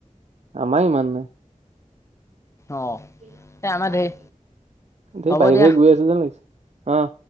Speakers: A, on the right (about 60°); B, on the left (about 20°).
A: আমাৰ ইমান নাই।
B: অঁ
A: দেই,
B: এই আমাৰ
A: বাহিৰে
B: ধেৰ হ'ব
A: বাহিৰে
B: দিয়া
A: গৈ আছে যেন লাগিছে, অ'।